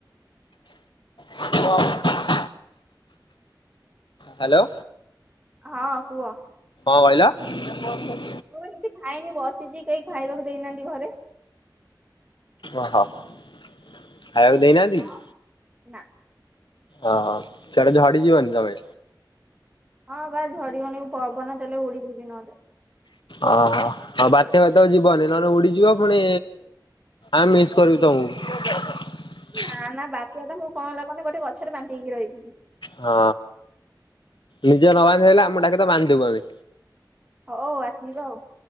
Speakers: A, on the left; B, on the right.
A: <inaudible> ହାଲୋ।
B: ହଁ କୁହ।
A: କଣ କହିଲ?
B: ମୁଁ ଏମତି ଖାଇନି ବସିଛି କେହି ଖାଇବାକୁ ଦେଇନାହାନ୍ତି ଘରେ।
A: ଓ ହୋ। ଖାଇବାକୁ ଦେଇନାହାନ୍ତି
B: ହଁ
A: କି?
B: ନା।
A: ଓ ହୋ ସିଆଡ଼େ ଝଡି ଯିବନି ତମେ।
B: ହଁ ବା ଝଡିଗନି ପବନ ଦେଲେ ଉଡିଯିବି ନହେଲେ।
A: ଓହୋ ଆଉ ବାତ୍ୟା ଫାତ୍ୟା କୁ ଯିବନି ନହେନେ ଉଡିଯିବ ପୁଣି ଆଁ ମିସ୍ କରିବି ତମକୁ।
B: ନା ନା ବାତ୍ୟା ହେଲା ମୁଁ କଣ ହେଲା କହନି ଗୋଟେ ଗଛରେ ବାନ୍ଧି ହେଇକି ରହିଯିବି।
A: ହଁ ନିଜେ ନ ବାନ୍ଧି ହେଲେ ଆମକୁ ଡାକି ଦବ ବାନ୍ଧି ଦବୁ ଆମେ।
B: ହଉ ଆସିବ ଆଉ।